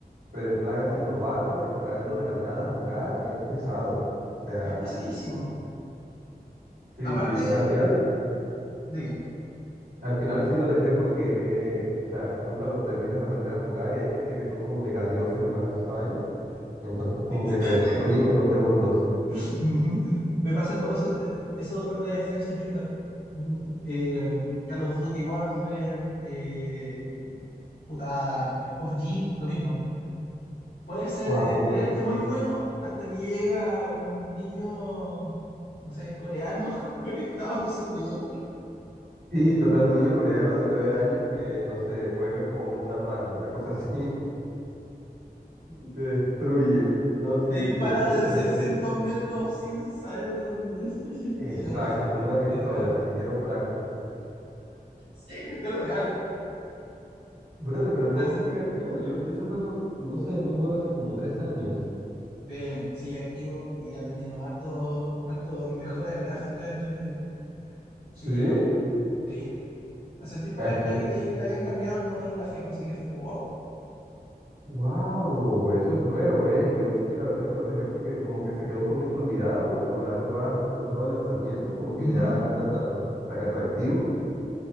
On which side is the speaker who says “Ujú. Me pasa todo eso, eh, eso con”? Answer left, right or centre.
Left